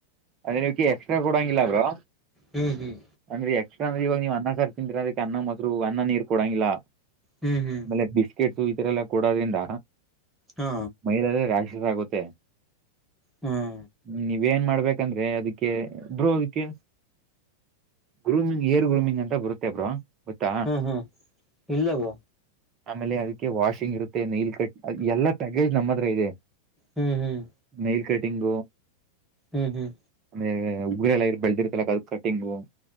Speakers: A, on the right; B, in the centre.
A: ಅದೇ ಇವ್ರಿಗೆ ಎಕ್ಸ್ಟ್ರಾ ಕೊಡೋಂಗಿಲ್ಲ ಬ್ರೊ.
B: ಹ್ಮ್ ಹ್ಮ್
A: ಅಂದ್ರೆ ಎಕ್ಸ್ಟ್ತ್ರ್ ಅಂದ್ರೆ ಇವಗ ಅನ್ನ ಸಾರಿ ತಿಿಂದಿರ ಅದಕ್ಕೆ ಅನ್ನ ಮೊಸರು ಅನ್ನ ನೀರು ಕೊಡಂಗಿಲ್ಲ.
B: ಹ್ಮ್ ಹ್ಮ್
A: ಆಮೇಲೆ ಬಿಸ್ಕೆಟು ಈತರ ಎಲ್ಲ ಕೊಡೋದ್ರಿಂದ
B: ಹಾ
A: ಮೈಲಲ್ಲ ರಾಶಸ್ ಆಗುತ್ತೆ
B: ಹ್ಮ್
A: <unintelligible> ನಿಮ್ಮ ಏನ್ ಮಾಡ್ಬೇಕಂದ್ರೆ ಅದಕ್ಕೆ ಬ್ರೊ ಇದಕ್ಕೆ ಗ್ರೂಮಿಂಗ್ ಏರ ಗ್ರೂಮಿಂಗ್ ಅಂತ ಬರುತ್ತೆ ಬ್ರೋ ಗೊತ್ತಾ
B: ಹ್ಮ್ ಹ್ಮ್ ಇಲ್ಲವೋ.
A: ಆಮೇಲೆ ಅದಕ್ಕೆ ವಾಷಿಂಗ್ ಇರುತ್ತೆ ನೀಲ್ ಕಟ್ ಎಲ್ಲಾ ಪ್ಯಾಕೇಜ್ ನಮ್ಮ ಹತ್ರ ಇದೆ
B: ಹ್ಮ್ ಹ್ಮ್
A: ನೀಲ್ ಕಟಿಂಗ್
B: ಹ್ಮ್ ಹ್ಮ್
A: ಅಂದ್ರೆ ಉಗ್ರ ಎಲ್ಲ ಬೆಳದಿರ್ತಲ ಅದ ಕಟಿಂಗು